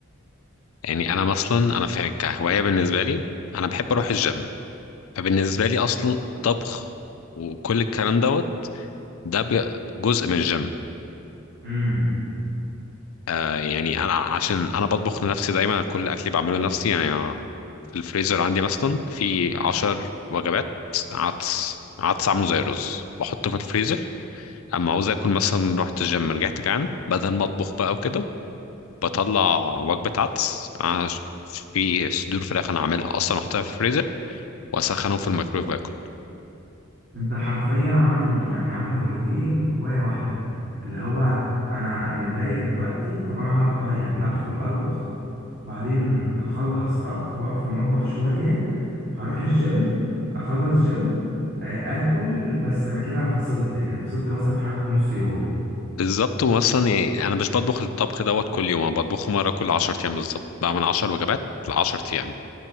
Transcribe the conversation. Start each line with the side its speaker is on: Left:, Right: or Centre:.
Left: يعني انا اصلا انا في كهوايه بالنسبه لي انا بحب اروح الجيم فبالنسبه لي اصلا الطبخ وكل الكلام دوت ده بي- جزء من الجيم
Right: امم
Left: آه، يعني انا عشان انا بطبخ لنفسي دايما كل اكلي بعمله لنفسي يعني أنا في الفريزر عندي مثلا في عشر وجبات عدس عدس عامله زي الرز بحطه في الفريزر اما عاوز اكل مثلا رحت الجيم رجعت جعان بدل ما اطبخ بقى وكده بطلع وجبه عدس مع ش- في صدور فراخ انا عاملها اصلا احطها في الفريزر واسخنهم في الميكرويف واكل
Right: انت حرفيا عامل يعني عامل هوايتين في هوايه واحده اللي هو انا انا متضايق دلوقتي طب انا هط... يعني هدخل اطبخ بعدين هخلص طبخ واقف في المطبخ شوية هروح الجيم اخلص جيم آه، اكل بس انا كده فصلت يعني فصلت مثلا حركة نص يوم
Left: بالظبط واصلا يعني انا مش بطبخ الطبخ دوت كل يوم انا بطبخه مره كل 10 ايام بالظبط بعمل 10 وجبات ل 10 ايام